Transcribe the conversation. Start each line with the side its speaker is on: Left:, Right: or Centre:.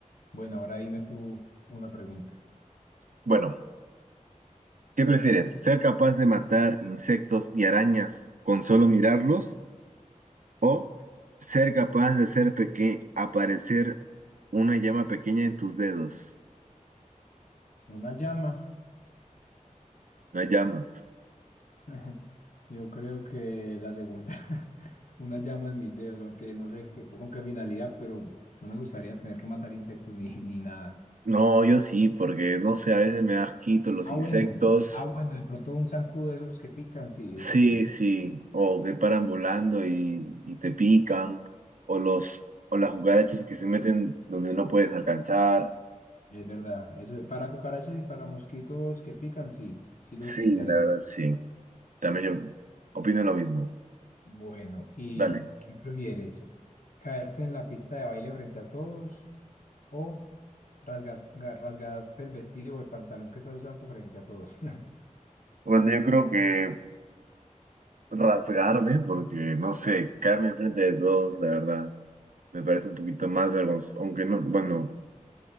Left: Bueno, ahora dime tú una pregunta.
Right: Bueno, ¿qué prefieres? ¿Ser capaz de matar insectos y arañas con solo mirarlos? O ser capaz de hacer peque aparecer una llama pequeña en tus dedos.
Left: ¿Una llama?
Right: Una llama.
Left: <laughs> Yo creo que la segunda, <laughs> una llama en mis dedos, aunque no sé qué- con qué finalidad, pero no me gustaría tener que matar insectos ni, ni nada.
Right: No, yo sí, porque no sé, a veces me da asquito los
Left: Ah,
Right: insectos.
Left: bueno, ah, bueno, de pronto un zancudo de esos que pican, sí,
Right: Sí,
Left: eso sí,
Right: sí. O que paran volando y, y te pican. O los, o las cucarachas que se meten donde no puedes alcanzar.
Left: es verdad. Eso, para cucarachas y para mosquitos que pican, sí, sí lo
Right: Sí,
Left: utilizaría.
Right: la verdad, sí. También yo opino lo mismo.
Left: Bueno, ¿y
Right: Dale.
Left: qué prefieres? ¿Caerte en la pista de baile frente a todos o rasgas- ga- rasgarte el vestido o el pantalón que estás usando frente a todos? <laughs>
Right: Bueno, yo creo que rasgarme, porque no sé, caerme enfrente de todos, la verdad. me parece un poquito más vergonzoso, aunque no, bueno,